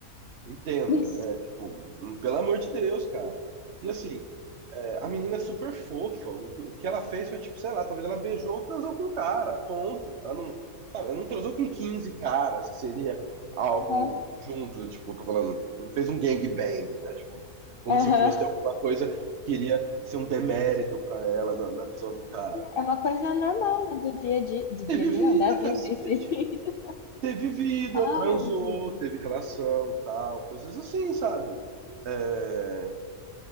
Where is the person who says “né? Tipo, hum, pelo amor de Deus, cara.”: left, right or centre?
Right